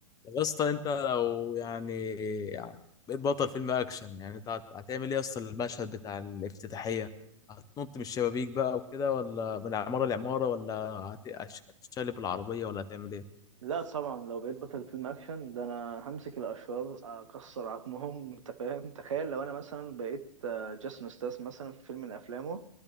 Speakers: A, on the left (about 20°); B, on the right (about 65°).
A: يا اسطى انت لو يعني يعني بقيت بطل فيلم اكشن يعني انت هت- هتعمل ايه يا اسطى المشهد بتاع الافتتاحيه هتنط من الشبابيك بقى وكده ولا من عماره لعماره ولا هت- هتش- هتشقلب العربيه ولا هتعمل ايه
B: لا طبعا لو بقيت بطل فيلم اكشن ده انا همسك الاشرار اكسر عظمهم <laughs> انت فاهم تخيل لو انا مثلا بقيت آه، جاسون ستاس مثلا في فيلم من افلامه